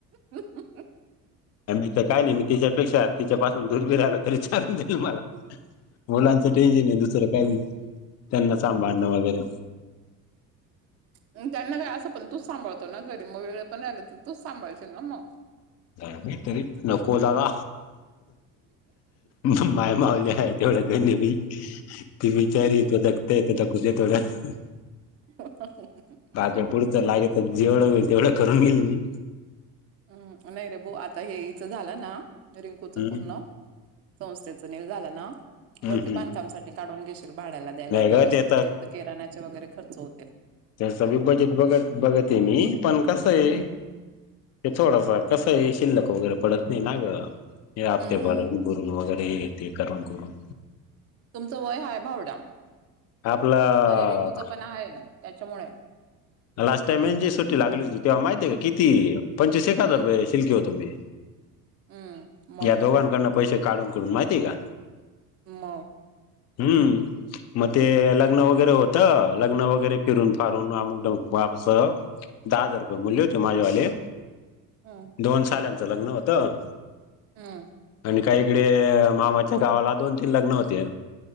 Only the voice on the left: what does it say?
मी तर काय नही, मी तिच्यापेक्षा तिच्यापासून दुर बी राहिलो, तरी चालून जाईल मला. मुलांच टेन्शन ये, दुसरं काही त्यांना सांभाळणं वगैरे.
काही नही, तरी नको दादा. मं-माय माऊली हाय, तेव्हड्या दोन्ही बी. ती बीचारी त धकतय, त धकूदे थोडं.
<unintelligible> पुुडच लागे त जेवढं होईल, तेवढं करून गेईल मी.
हम्म
हम्म
हम्म
नाही
ग त्याचा
त्याच बी
बजेट बघत-बघत ये मी, पण कसंये
ते थोडफार कसये शिल्लक वगैरे पडत नाही ना ग, हे हप्ते
भर <unintelligible> न वगैरे हे ते करून-करून.
आपलं
लास्ट टाइम यांची सुट्टी लागली होती, तेव्हा माहिती का? किती पंचवीस एक हजार
रपये <unintelligible> तो मी
या दोघांकडन पैसे काढून-कडून माहिती का?
हम्म. म ते लग्न वगैरे होतं, लग्न वगैरे फिरून-फारून अमुक धमु वाबस दहा हजार रुपये बोलले होते, माझ्यावाले.
दोन साल्यांचं लग्न होतं.
आणि काही इकडे मामाच्या गावाला, दोन तीन लग्न होते.